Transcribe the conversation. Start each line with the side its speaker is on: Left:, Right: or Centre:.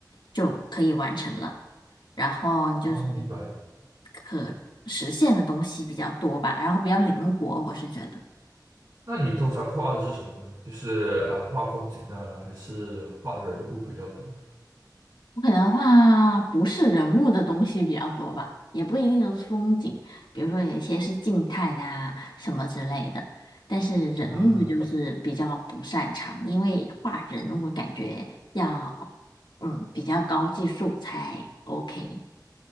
Left: 就可以完成了。然后你就是
Right: 啊，明白。
Left: 可实现的东西比较多吧，然后比较灵活，我是觉得。
Right: 那你通常画的是什么呢？就是啊，画风景啊，还是画人物比较多？
Left: 我可能画不是人物的东西比较多吧，也不一定都是风景，比如说有一些是静态的啊什么之类的，但是人物就是比较不擅长，
Right: 啊
Left: 因为画人我感觉要嗯比较高技术才 OK。